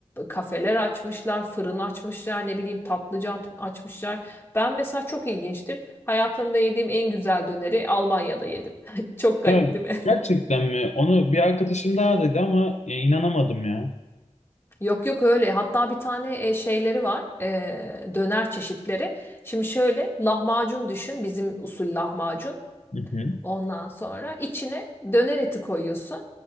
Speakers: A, on the left (about 20°); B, on the left (about 75°).
A: kafeler açmışlar, fırın açmışlar, ne bileyim tatlıcı at- açmışlar. Ben mesela çok ilginçtir. Hayatımda yediğim en güzel döneri Almanya'da yedim. <laughs> Çok garip
B: Ya
A: değil mi?
B: gerçekten mi? Onu bir arkadaşım daha dedi ama ya inanamadım ya.
A: Yok yok öyle. Hatta bir tane e, şeyleri var. e, döner çeşitleri. Şimdi şöyle lahmacun düşün. Bizim usul lahmacun.
B: Hı hı.
A: Ondan sonra içine döner eti koyuyorsun.